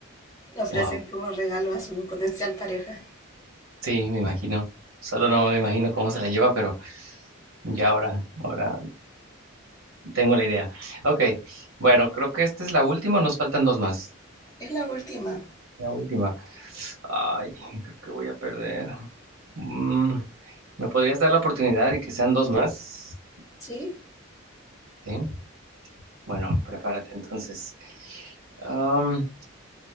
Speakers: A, on the left (about 15°); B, on the right (about 65°).
A: la ofrecen
B: wow.
A: como regalo a su potencial pareja.
B: Sí, me imagino. Solo no me imagino cómo se la lleva, pero ya ahora, ahora tengo la idea. Ok, bueno, creo que esta es la última, nos faltan dos más.
A: Es la última.
B: La última. Ay, creo que voy a perder. Mm, ¿me podrías dar la oportunidad y que sean dos más?
A: Sí.
B: Sí. Bueno, prepárate entonces. Am,